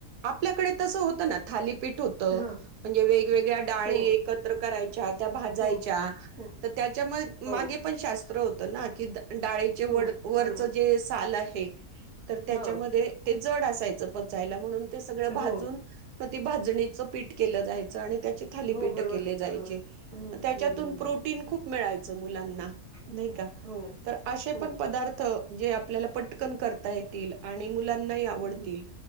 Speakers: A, on the right (about 85°); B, on the right (about 50°).
A: आपल्याकडे तस होत ना थालीपीठ होत म्हणजे
B: हां.
A: वे वेवेगळ्या डाळी
B: हो,
A: एकत्र करायच्या. त्या भाजायच्या
B: हो, हो,
A: तर त्याच्या म
B: हो,
A: मागे पण शास्त्र होत त ना <unintelligible> कित डाळीचे
B: हो.
A: वर वरचं
B: बरोबर.
A: जे साल आहे हे तर त्याच्यामध्ये
B: हां.
A: ते जड असायचं म्हणून ते सगळं भाजून.
B: हो,
A: मग त भाजणीचं पीठ केलं जायचं आणि थालीपीठ
B: हो. बरोबर,
A: केली जायची
B: बरोबर. हं,
A: त्याच्यातून
B: हं, हं,
A: प्रोटीन
B: हं.
A: खूप मिळायचं. मुलांना
B: हं.
A: नाही का
B: हो,
A: तर आशे
B: हो.
A: पण पदार्थ जे आपल्याला पटकन करता येतील आणि मुलांना ही आवडतील.
B: हं.